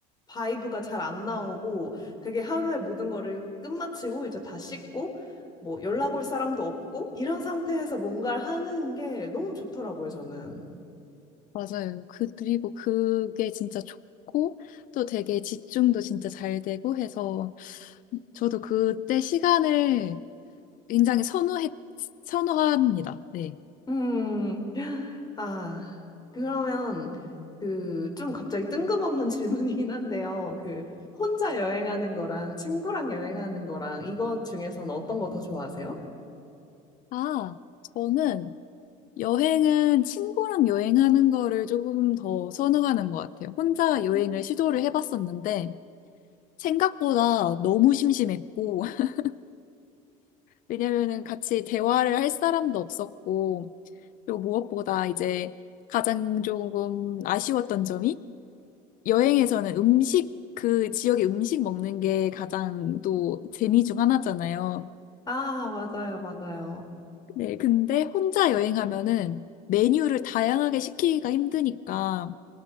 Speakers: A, on the left (about 20°); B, on the left (about 50°).
A: 바이브가 잘 안 나오고, 되게 하루의 모든 거를 끝마치고, 이제 다 씻고, 뭐 연락 올 사람도 없고, 이런 상태에서 뭔가를 하는 게 너무 좋더라고요, 저는.
B: 맞아요. 그, 그리고 그게 진짜 좋고, 또 되게 집중도 진짜 잘 되고 해서 저도 그때 시간을 굉장히 선호했, 선호합니다. 네.
A: 음, 아, 그러면 그 좀 갑자기 뜬금없는 <laughs> 질문이긴 한데요. 그 혼자 여행하는 거랑 친구랑 여행하는 거랑 이거 중에서는 어떤 거 더 좋아하세요?
B: 아, 저는 여행은 친구랑 여행하는 거를 조금 더 선호하는 것 같아요. 혼자 여행을
A: 음?
B: 시도를 해봤었는데, 생각보다 너무 심심했고, <laughs> 왜냐면은 같이 대화를 할 사람도 없었고, 그리고 무엇보다 이제 가장 조금 아쉬웠던 점이 여행에서는 음식, 그 지역의 음식 먹는 게 가장 또 재미 중 하나잖아요.
A: 아, 맞아요, 맞아요.
B: 네, 근데 혼자 여행하면은 메뉴를 다양하게 시키기가 힘드니까